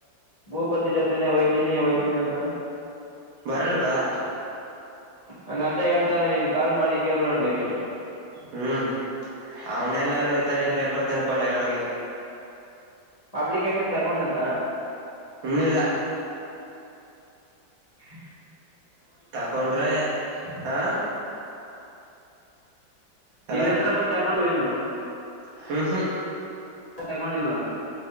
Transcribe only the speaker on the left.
ಭೂಪತಿ ಜೊತೆನೆೇ ಹೊಯ್ತೀನಿ ಹೊಯ್ತೀನಿ ಅಂತಾನೆ
ಹಂಗಂತ ಹೇಳ್ತಾನೆ ನೀನ್ ಕಾಲ್ ಮಾಡಿ ಕೇಳಳ್ ನೋಡ್ಬೇಕಿತ್ತು
ಅಪ್ಲಿಕೇಶನ್ ತಗೊಂಡಂತ
ಆ
ನಿನ್
ಹತ್ರ ಬಂದ ತಕೊಂಡ್ವೇನು ಹಾ
ತಗೊಂಡಿಲ್ವಾ